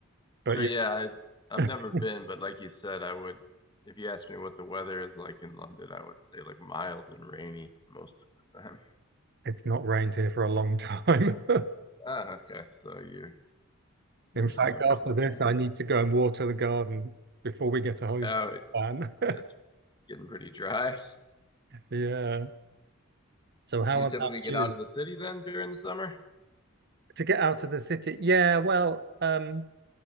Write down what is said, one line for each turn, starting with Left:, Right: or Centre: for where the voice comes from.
Right: But
Left: Sure. Yeah. I
Right: yeah,
Left: I've never been,
Right: <laughs>
Left: but like you said, I would. If you asked me what the weather is like in London, I would say like mild and rainy most of the time. <laughs>
Right: it's not rained here for a long time. <laughs>
Left: Ah, okay. So you're changing
Right: In fact,
Left: my perception
Right: after this, I
Left: then.
Right: need to go and water the garden before we get a hose
Left: Oh, it,
Right: ban. <laughs>
Left: it's getting pretty dry.
Right: Yeah. So how
Left: Do you
Right: about
Left: typically get
Right: you?
Left: out of the city then during the summer?
Right: To get out of the city? Yeah, well, um,